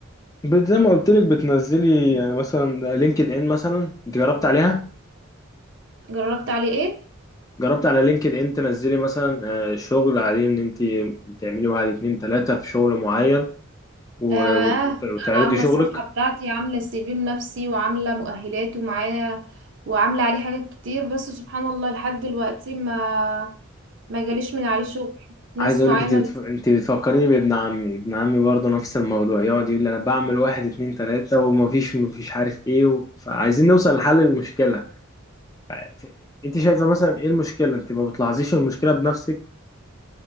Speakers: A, on the left; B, on the right.
A: بال- زي ما قلت لك بتنزلي يعني مثلا لينكد إن مثلا أنت جربت عليها
B: جربت عليه ايه
A: جربت على لينكد ان تنزلي مثلا آه، شغل عليه ان انت تعملي واحد اتنين تلاتة في شغل معين و-
B: آه
A: وت- وتعرضي
B: أنا عاملة
A: شغلك
B: الصفحة بتاعتي عاملة السي في النفسي وعاملة مؤهلات ومعايا وعاملة عليه حاجات كتير بس سبحان الله لحد دلوقتي ما ما جاليش من عليه شغل ناس
A: عايز اقول
B: معينة
A: لك انت بتف... انت بتفكريني بابن عمي ابن عمي برضه نفس الموضوع يقعد يقول لي انا بعمل واحد اتنين تلاتة ومفيش مفيش عارف ايه و... فعايزين نوصل لحل المشكلة ف- انت شايفة مثلا ايه المشكلة انت ما بتلاحظيش المشكلة بنفسك